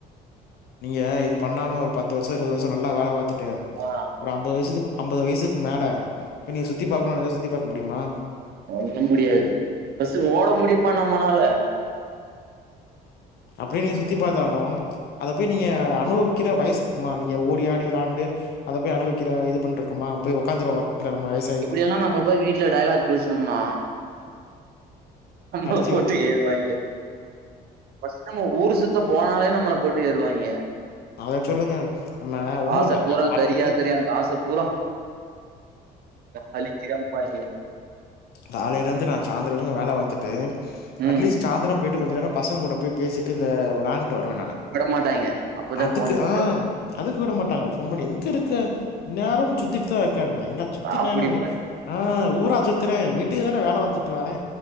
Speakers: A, on the left (about 70°); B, on the right (about 65°).
A: நீங்க இது பண்ணாம ஒரு பத்து வருஷோ இருவ் வருஷோ நல்லா வேல பாத்துட்டு
B: ஆமா
A: ஒரு அம்பது வருஷத்துக்கு அம்பது வயசுக்கு மேல இப்ப நீ சுத்தி பாக்கணு நெனச்சா சுத்தி பாக்க முடியுமா
B: ஒண்ணு முடியாது
A: ம்.
B: ஃபர்ஸ்ட்டு ஓட முடியுமா நம்மனால
A: அப்டியே நீ சுத்தி பாத்தாலும் அத போய் நீங்க அனுபவிக்கிற வயசுக்குமா நீங்க ஓடி ஆடி விளாண்டு அத போய் அனுவிக்கற இது பண்ருக்குமா போய் ஒக்காந்துருவோ <inaudible> நம்ம வய்ஸ்
B: இப்படியெல்லா நம்ம போய் வீட்ல டைலாக் பேசணும்னா நம்மள
A: அடிச்சு
B: போட்டு
A: உடு
B: ஏறுவாய்ங்க. ஃபர்ஸ்ட் நம்ம ஊரு சுத்த போனாலே நம்மள போட்டு ஏருவாய்ங்க
A: அத சொல்லுங்க. நம்ம ஒண்ணும்
B: காச
A: இல்ல.
B: பூரா
A: நான் காலையிலருந்து
B: கரியாக்கிறியா காச பூரா அழிக்குறான்ம்பாய்ங்க
A: காலையிலந்து நா சாந்திர வரைக்கும் வேல பாத்துட்டு
B: ம்.
A: அட்லீஸ்ட் சாந்திரம் போய்ட்டு கொஞ்ச நேரம் பசங்க கூட போய் பேசிட்டு இந்த விளாண்ட்டு வருவ நானு
B: விடமாட்டாய்ங்க. அப்பதான்
A: அதுக்கு
B: ஃபோன போட்டு
A: ஆ அதுக்கு விட மாட்டாங்க ஃபோன் பண்ணி எங்க இருக்க எந்நேரமு சுத்திட்டு தா இருக்க அப்டின்னாய்ங்க என்ன சுத்திட்
B: அப்படிம்பாய்ங்க.
A: நா என்ன உங்ளுக் ஆ ஊரா சுத்தி துரே வீட்டுக்கு தான வேல பாத்துட்டு வாரே